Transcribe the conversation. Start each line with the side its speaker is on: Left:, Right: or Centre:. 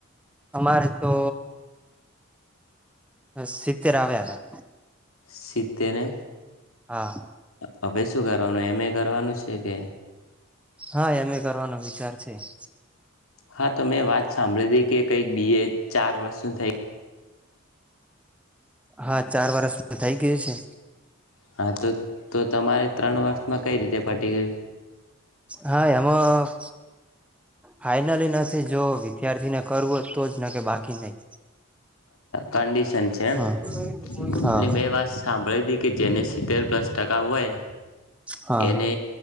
Centre: અમારે તો બ સીતેરવે્યા હતા.
Left: શીતેને.
Centre: હતા હા
Left: હવે શું કરવાનું એમ એ કરવાનું છે. કે
Centre: હા એમ કરવાનો વિચાર છે. <inaudible>
Left: હા તો મેં વાત સાંભળી તી કે કંઈક બી ચાર વર્ષ થઈ
Centre: હા ચાર વરષ થઈ ગયું છે.
Left: હા તો તો તમારે ત્રણ વર્ષમાં કઈ રીતે પટી ગયું.
Centre: હા એમાં ફાઈનલી નથી જો વિદ્યાર્થીને કરવો તો જ ના કે બાકી નહી.
Left: કન્ડિશ છેન
Centre: હા
Left: એટલે
Centre: હા
Left: મેં વાત સાંભળી હતી. કે જેને સિત્તેર પ્લસ ટકા હોય.
Centre: હા
Left: એને
Centre: હા